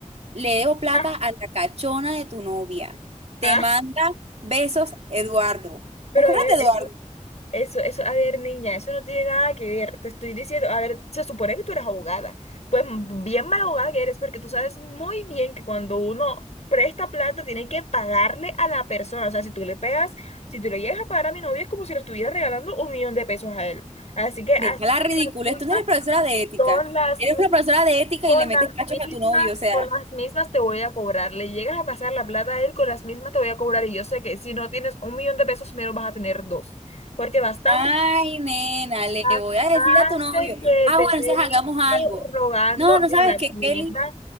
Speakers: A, on the right; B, on the left.
A: Le debo plata
B: ah,
A: a la cachona de tu novia. Te
B: ah,
A: manda besos, Eduardo.
B: pero
A: ¿Te acuerdas
B: a ver,
A: de Eduardo?
B: es Eso, eso, a ver, niña, eso no tiene nada que ver. Te estoy diciendo, a ver, se supone que tú eres abogada. Pues mm, bien mala abogada que eres, porque tú sabes muy bien que cuando uno presta plata, tiene que pagarle a la persona. O sea, si tú le pegas, si tú le llegas a pagar a mi novio, es como si le estuviera regalando un millón de pesos a él. Así que así
A: Deja la
B: como
A: ridiculez.
B: las mismas
A: Tú no eres profesora de ética.
B: son las
A: Eres
B: mismas.
A: una profesora de ética
B: Con
A: y le metes
B: las
A: cachos
B: mismas,
A: a tu novio. O sea,
B: con las mismas te voy a cobrar. Le llegas a pasar la plata a él, con las mismas te voy a cobrar. Y yo sé que si no tienes un millón de pesos, menos vas a tener dos. Porque bastante,
A: ay, nena, le
B: bastante
A: voy a decir a tu novio.
B: que
A: Ah,
B: te
A: bueno,
B: he
A: entonces hagamos
B: visto
A: algo.
B: rogando
A: No, no
B: en
A: sabes
B: la
A: que
B: tienda
A: Kelly